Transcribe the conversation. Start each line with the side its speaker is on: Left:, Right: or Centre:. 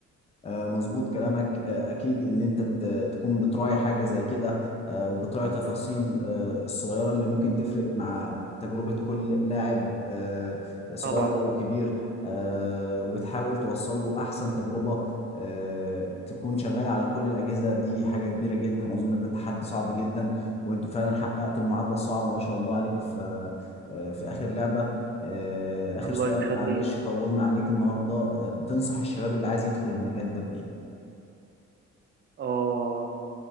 Left: آه، مظبوط كلامك آه، اكيد ان انت ت- تكون بتراعي حاجه زي كده آه، وبتراعي تفاصيل آه، الصغيره اللي ممكن تفرق مع تجربه كل لاعب آه، صغير
Right: طبعا
Left: او كبير آه، وتحاول توصل له احسن تجربه آه، تكون شغال على كل الاجهزه دي حاجه كبيره جدا واظن ده تحدي صعب جدا وانتوا فعلا حققتوا المعادله الصعبه ما شاء الله عليكم في آه، في اخر لعبه آه، آخر
Right: الله
Left: سؤال
Right: يخليك
Left: معلش طولنا عليك النهاردة آه، بتنصح الشباب اللي عايز يدخل المجال ده بإيه؟
Right: اه